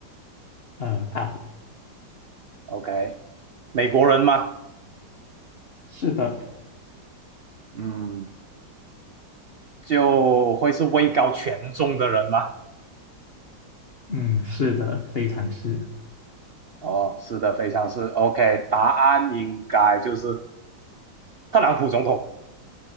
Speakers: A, on the left; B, on the right.
A: 呃，大的，
B: ？OK，美国人吗？
A: 是的，
B: 嗯，就会是位高权重的人吗？
A: 嗯，是的，非常是。
B: 哦，是的，非常是 OK，答案应该就是特朗普总统